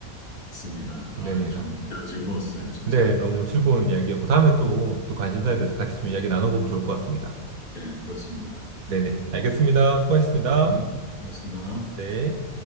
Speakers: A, on the left; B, on the right.
A: 맞습니다. 아,
B: 네네.
A: 좀,
B: 아,
A: 제가 즐거웠어요, 진짜.
B: 네, 너무 즐거운 이야기였고 다음에 또 또 관심사에 대해서 같이 좀 이야기 나눠보면 좋을 것 같습니다.
A: 예, 그렇습니다.
B: 네네. 알겠습니다. 수고하셨습니다.
A: 예, 수고하셨습니다.
B: 네.